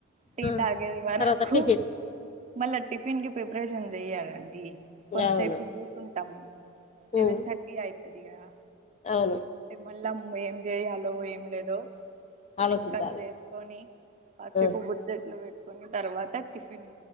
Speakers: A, on the right; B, on the left.
A: టీ
B: ఆ
A: తాగే వరకు
B: తర్వాత టిఫిన్
A: మళ్ళా టిఫిన్ కి ప్రిపరేషన్ చెయ్యాలండి కొంతసేపు
B: అవును
A: కూర్చుంటాము సెవెన్
B: ఉమ్
A: థర్టీ అవుతుంది కద
B: అవును
A: మళ్ళం ఏం చేయాలో ఏం లేదో
B: ఆలోచించాలి
A: డిస్కస్ చేసుకొని కాసేపు
B: ఆ
A: ముచ్చట్లు పేట్ కొన్ని తర్వాత టిఫిన్